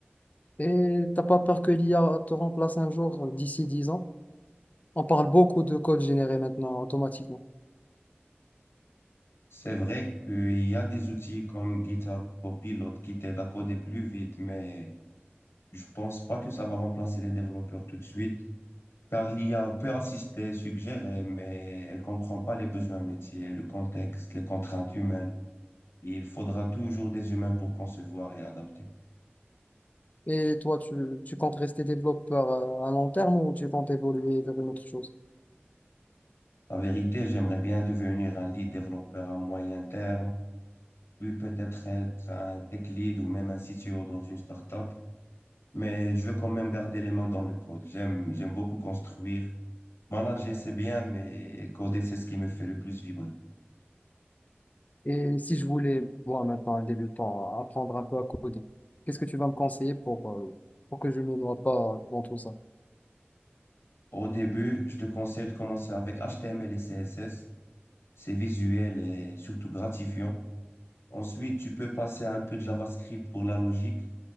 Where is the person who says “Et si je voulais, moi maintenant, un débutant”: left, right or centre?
Left